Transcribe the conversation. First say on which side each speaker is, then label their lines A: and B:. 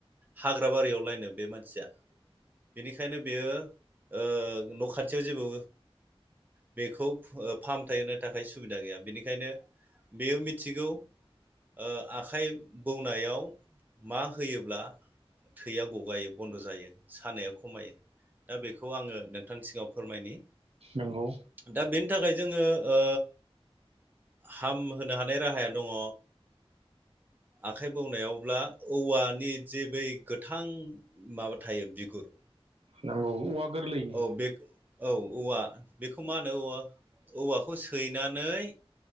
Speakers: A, on the right; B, on the right.
A: हाग्रा बारियावलायनो बे मानसिया बेनिखायनो बेयो ओ न'खाथियाव जेबो बेखौ फाहामथाय होनो थाखाय सुबिदा गैया बेनिखायनो बेयो मिथिगौ ओ आखाइ बौनायाव मा होयोब्ला थैया गगायो बन्द' जायो सानाया खमायो दा बेखौ आङो नोंथां सिङाव फोरमायनि
B: नंगौ
A: दा बेनि थाखाय जोङो ओ हामहोनो हानाय राहाया दङ आखाइ बौनायावब्ला औवानि जे बै गोथां माबा थायो बिगुर।
B: नांगौ गोरलैनि
A: औ बे औ औवा बेखौ मा होनो औ औवाखौ सैना नै